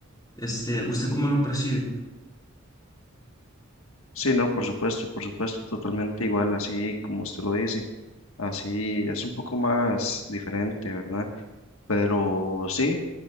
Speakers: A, on the left; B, on the left.
A: Este, ¿usted cómo lo percibe?
B: Sí, no, por supuesto, por supuesto, totalmente igual, así como usted lo dice. Así es un poco más diferente, ¿verdad? Pero sí.